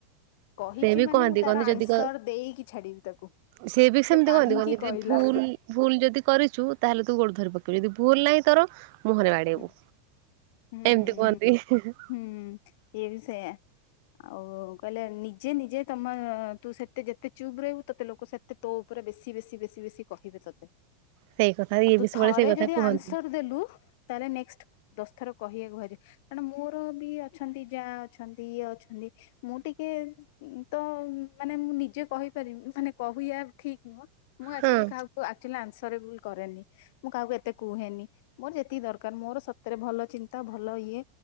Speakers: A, on the left; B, on the right.
A: କହିଛି
B: ସେ ବି
A: ମାନେ
B: କହନ୍ତି
A: ମୁଁ ତାର
B: କହନ୍ତି
A: ଆନ୍ସର
B: ଯଦି କ
A: ଦେଇକି ଛାଡିବି ତାକୁ
B: ସିଏ ବି
A: ସେ
B: ସେମିତି
A: କାହିଁକି
B: କହନ୍ତି କହନ୍ତି ଯଦି
A: କହିଲା?
B: ଭୁଲ ଭୁଲ ଯଦି କରିଛୁ ତାହେଲେ ତୁ ଗୋଡ ଧରିପକେଇବୁ ଯଦି ଭୁଲ ନାହିଁ ତୋର ମୁହଁରେ ବାଡେଇବୁ
A: ହୁଁ ହୁଁ
B: ଏମତି କୁହନ୍ତି।
A: ହୁଁ ହୁଁ ଇଏ ବି ସେଇୟା। ଆଉ କହିଲେ ନିଜେ ନିଜେ ତମ ତୁ ସେତେ ଯେତେ ଚୁପ୍ ରହିବୁ ତତେ ଲୋକ ସେତେ ତୋ ଉପରେ ବେଶୀ ବେଶୀ ବେଶୀ ବେଶୀ କହିବେ ତତେ।
B: ସେଇ କଥା
A: ଆଉ
B: ଇଏ
A: ତୁ
B: ବି ସବୁବେଳେ
A: ଥରେ
B: ସେଇ କଥା
A: ଯଦି
B: କୁହନ୍ତି।
A: ଆନ୍ସର ଦେଲୁ ତାହେଲେ ନେକ୍ସଟ ଦଶ ଥର କହିବାକୁ ଭାରି କାରଣ ମୋର ବି ଅଛନ୍ତି ଯା ଅଛନ୍ତି ଇଏ ଅଛନ୍ତି। ମୁଁ ଟିକେ ତ ମାନେ ମୁଁ ନିଜେ କହିପାରିବି ମାନେ କହିବା ଠିକ ନୁହଁ। ମୁଁ ଏକ୍ଟୁଆଲୀ
B: ହଁ
A: କାହାକୁ ଏକ୍ଟୁଆଲି ଅନ୍ସରେବୁଲ କରେନି। ମୁଁ କାହାକୁ ଏତେ କୁହେନି। ମୋର ଯେ ତିକି ଦରକାର ମୋର ସତରେ ଭଲ ଚିନ୍ତା ଭଲ ଇଏ